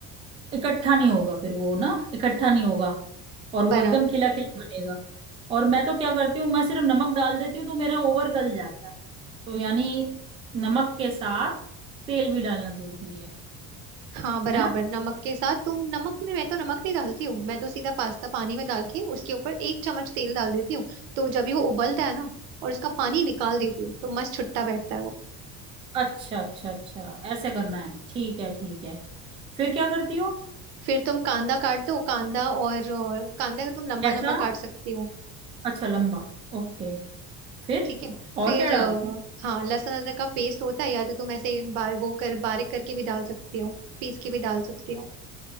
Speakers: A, on the right; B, on the right.
A: इकट्ठा नहीं होगा फिर वो ना इकट्ठा नहीं होगा और वो
B: बराबर
A: एकदम खिला खिला बनेगा और मैं तो क्या करती हूँ मैं सिर्फ नमक डाल देती हूँ तो मेरा ओवर गल जाता है तो यानी नमक के साथ तेल भी डालना जरूरी है
B: हाँ बराबर
A: है ना
B: नमक के साथ तुम नमक में मैं तो नमक नहीं डालती हूँ मैं तो सीधा पास्ता पानी में डाल के उसके ऊपर एक चम्मच तेल डाल देती हूँ तो जब ही वो उबलता है ना और उसका पानी निकाल देती हूँ तो मस्त छुट्टा बैठता है वो
A: अच्छा अच्छा अच्छा ऐसे करना है ठीक है ठीक है फिर क्या करती हो
B: फिर तुम कांदा काट दो कांदा और अ, कांदा का तुम लंबा
A: कैसा
B: लंबा काट सकती हो
A: अच्छा लंबा ओके फिर
B: ठीक है
A: और
B: फिर
A: क्या
B: अ,
A: डालते हैं
B: हाँ लहसुन अदरक का पेस्ट होता है या तो तुम ऐसे बा, वो कर बारीक करके भी डाल सकती हो पीस के भी डाल सकती हो